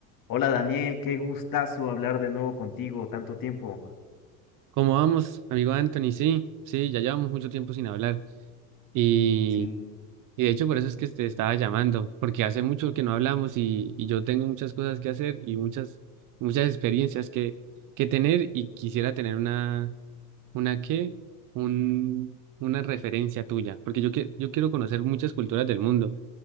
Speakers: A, on the left; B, on the right.
A: Hola Daniel, qué gustazo hablar de nuevo contigo, tanto tiempo.
B: ¿Cómo vamos, amigo Anthony? Sí, sí, ya llevamos mucho tiempo sin hablar y,
A: Sí,
B: y de hecho por eso es que te estaba llamando, porque hace mucho que no hablamos y, y yo tengo muchas cosas que hacer y muchas, muchas experiencias que, que tener y quisiera tener una, una qué, un, una referencia tuya, porque yo, que, yo quiero conocer muchas culturas del mundo